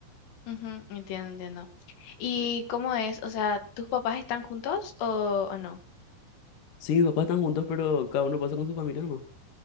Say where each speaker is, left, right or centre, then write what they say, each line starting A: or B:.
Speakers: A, on the left; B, on the left.
A: ujú, entiendo, entiendo. ¿Y cómo es? O sea, ¿tus papás están juntos o, o no?
B: Sí, mis papás están juntos, pero cada uno pasa con su familia nomás.